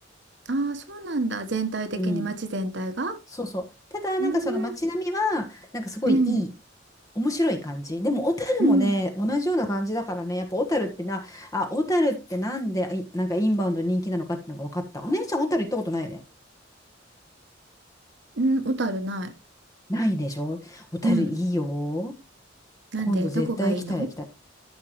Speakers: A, on the right; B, on the left.
A: ああ、そうなんだ。全体的に街全体が。
B: うん。そうそう。ただ、
A: うん。
B: なんかその街並みは、なんかすごいいい、
A: うん。
B: 面白い感じ。でも、小樽もね、
A: うん。
B: 同じような感じだからね、やっぱ小樽ってな、あ、小樽ってなんで、いなんかインバウンド人気なのかってのが分かった。お姉ちゃん、小樽行ったことないよね。
A: うん。小樽ない。
B: ないでしょ小樽いいよ。
A: うん。なんでどこがいいの
B: 今度絶対行きたい、行きたい。